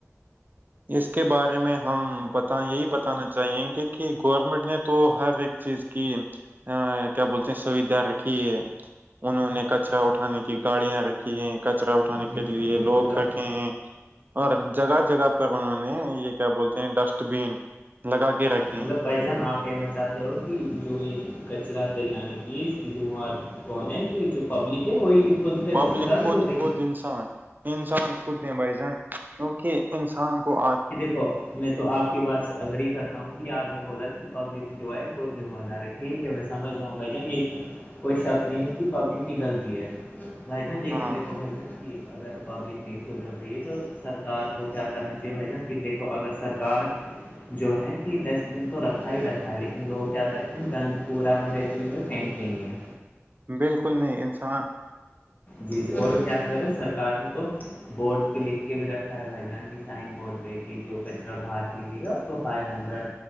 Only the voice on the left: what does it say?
جی
جی ماشاء
اللہ
مطلب بائ جان آپ کہنا چاہتے ہو کہ جو یہ کچرا پھیلانے کی اس کی موار کون ہے کہ جو پبلک ہے وہی خود کا
ذمہ دار
ہے
تو میں تو آپ کی بات سے اگری کرتا ہوں کہ آپ نے بولا کہ پبلک جو ہے خود دم ادارے ٹھیک ہے میں سمجھ رہا ہوں بھائی جان یہ اس میں کوئی شک نہیںتی پبلک کی غلطی ہے بھائی جان لے
کےن دیکھو بھائی جان کی اگر پبلک نے دھر دے تو سرکار کو کیا کرنا چاہیے بھائی جان کہ دیکھو اگر سرکار جو ہے کہ ڈسٹ بین تو رکھا ہی رکھا ہے لیکن لوگ کیا کرتے ہیں گند پورا میں ڈسٹ بن میں فینک د لییا
جی جی اور کیا کرے سرکار نے تو بورڈ پ لکھ کے بھی رکھا ہے بھائی جہاں کی سائن بورڈ پہ جو کچرا باہر پھینکی گیا اس کو فائیو ہنڈریڈ